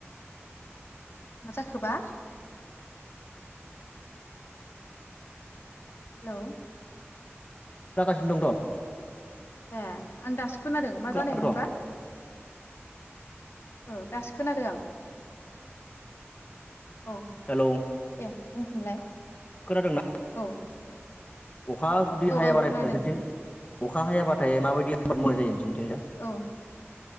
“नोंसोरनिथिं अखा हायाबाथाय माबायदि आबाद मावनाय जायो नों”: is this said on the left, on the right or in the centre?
Left